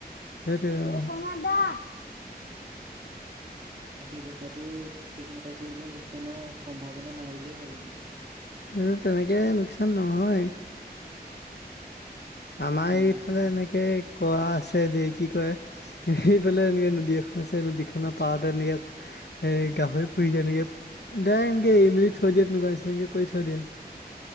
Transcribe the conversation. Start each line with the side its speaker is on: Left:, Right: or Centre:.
Left: সেইটোৱে আৰু। অহ, প্ৰনব দা।
Right: ব্যৱসায়টো ঠিকমতে কৰিলে লোকচানৰ সম্ভাৱনা নাই বুলিয়ে ভাবোঁ।
Left: এ তেনেকে লোকচান নহয়। আমাৰ
Right: উম
Left: এইফালে এনেকে কোৱা আছে দে, কি কয় এইফালে এনেকে নদী এখন পিছে নদীখনৰ পাৰ এনেকে ইয়াত এ গাহৰি পুৰিছে নেকি ইয়াত। দে এনকে এৰি মেলি থৈ দিয় <unintelligible> তেনেকুৱা হৈছে <unintelligible> কৰি থৈ দে।